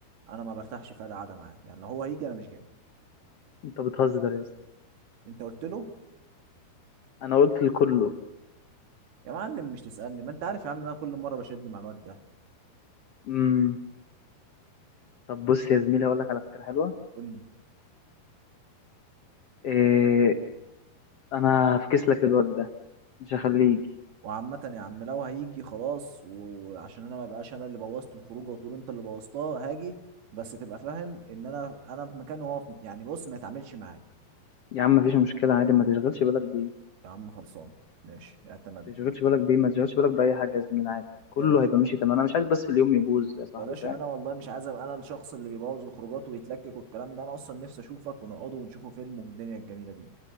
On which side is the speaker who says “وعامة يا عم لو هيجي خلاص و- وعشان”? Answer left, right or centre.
Right